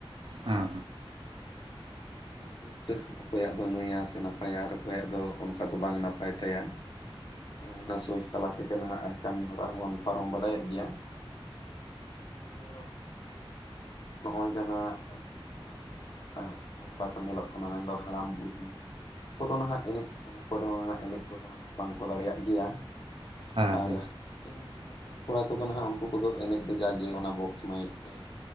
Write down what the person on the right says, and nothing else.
ᱦᱮᱸ ᱦᱮᱸ ᱦᱮᱸ
ᱦᱮᱸ ᱦᱮᱸ